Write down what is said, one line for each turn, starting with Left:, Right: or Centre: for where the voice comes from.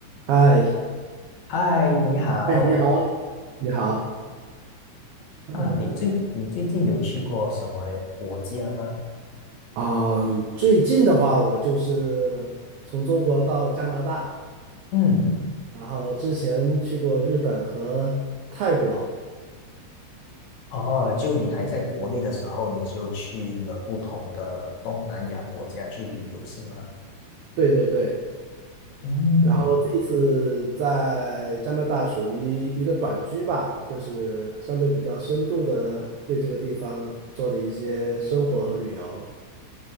Right: 嗨，
Left: 嗨，你好
Right: 哎，你好，你好，嗯
Left: 啊！你最你最近有去过什么国家吗？
Right: 啊，最近的话，我就是从中国到加拿大，
Left: 嗯，
Right: 然后之前去过日本和泰国，
Left: 哦，就你还在国内的时候，你就去了不同的东南亚国家去旅游，是吗？
Right: 对对对，
Left: 嗯，
Right: 然后这一次在加拿大属于一个短居吧，就是相对比较深度的对这个地方做的一些生活和旅游，